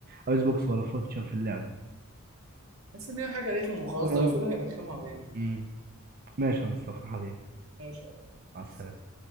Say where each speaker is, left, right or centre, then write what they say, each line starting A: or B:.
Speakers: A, on the right; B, on the right.
A: الايس بوكس ولا فراكتشر في اللعبه
B: بس ان هي حاجه رخمه وخلاص
A: اه
B: ضايفينها يرخموا علينا
A: امم ماشي يا مصطفى حبيبي
B: ماشي يا أبو
A: مع السلامه
B: أحمد.